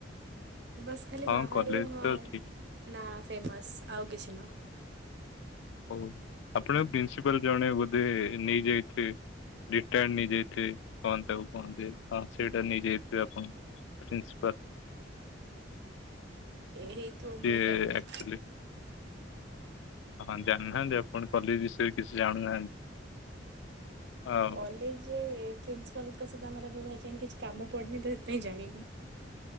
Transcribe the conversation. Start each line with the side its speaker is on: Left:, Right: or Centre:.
Right: ବାସ୍ ଖାଲି
Left: ହଁ
Right: ବାହାରୁ
Left: କଲେଜ
Right: ହଁ
Left: ତ ଠିକ
Right: ନା ଫେମସ୍ ଆଉ କିଛି ନୁହଁ।
Left: ହୋଉ ଆପଣ ପ୍ରିନ୍ସିପାଲ ଜଣେ ବୋଧେ ନେଇଯାଇଥିବେ ରୋଟାର୍ଡ ନେଇ ଯା ଥିବେ କନ ତାକୁ କୁହନ୍ତି ହଁ ସେଇଟା ନେଇଯାଇଥିବେ ଆପଣ ପ୍ରିନ୍ସିପାଲ।
Right: ହେଇଥିବ
Left: ଯେ
Right: ମୁଁ ଜାଣିନି।
Left: ଆକଚୁଲି ଅଁହଁ ଜାଣିନାହାନ୍ତି ଆପ ପଣ କଲି ବିଷୟରେ କିଛି ଜାଣୁନାହାନ୍ତି। ଆଉ
Right: କଲେଜରେ ପ୍ରିନ୍ସିପାଲଙ୍କ ସ ଆମର ଏବେଯାଏଁ କିଛି କାମ ପଡ଼ିନି ତ ସେଥିପାଇଁ ଜାଇନି।